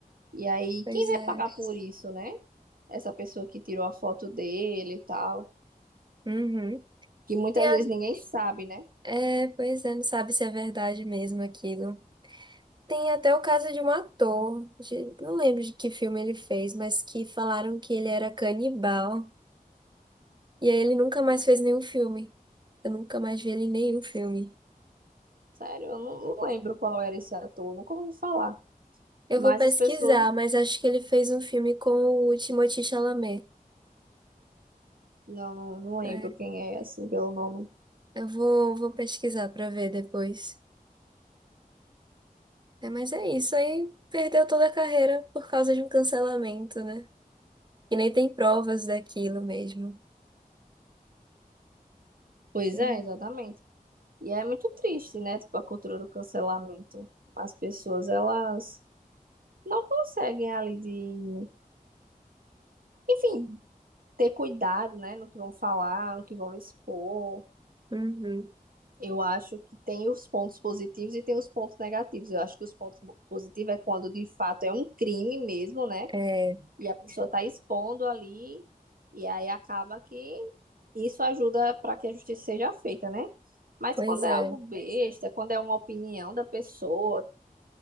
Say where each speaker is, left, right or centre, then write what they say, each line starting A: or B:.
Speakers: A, on the right (about 70°); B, on the right (about 30°).
A: E aí,
B: Pois
A: quem vai
B: é.
A: pagar por isso, né? Essa pessoa que tirou a foto dele e tal,
B: Uhum.
A: que muitas
B: Tem a...
A: vezes ninguém sabe, né?
B: é, pois é, não sabe se é verdade mesmo aquilo. Tem até o caso de um ator, de- não lembro de que filme ele fez, mas que falaram que ele era canibal. E aí ele nunca mais fez nenhum filme. Eu nunca mais vi ele em nenhum filme.
A: Sério, eu não, não lembro qual era esse ator, nunca ouvi falar.
B: Eu
A: Mas
B: vou pesquisar,
A: as pessoas,
B: mas acho que ele fez um filme com o Timothée Chalamet.
A: não, não, não lembro
B: É,
A: quem é, assim, pelo nome.
B: eu vou, vou pesquisar pra ver depois. É, mas é isso aí. Perdeu toda a carreira por causa de um cancelamento, né? E nem tem provas daquilo mesmo.
A: Pois
B: Tem-
A: é, exatamente. E é muito triste, né? Tipo, a cultura do cancelamento. As pessoas, elas não conseguem ali de, enfim, ter cuidado, né? No que vão falar, no que vão expor.
B: Uhum.
A: Eu acho que tem os pontos positivos e tem os pontos negativos. Eu acho que os pontos mo- positivos é quando de fato é um crime mesmo, né?
B: É,
A: E a pessoa tá expondo ali, e aí acaba que isso ajuda para que a justiça seja feita, né? Mas
B: pois
A: quando é
B: é.
A: algo besta, quando é uma opinião da pessoa,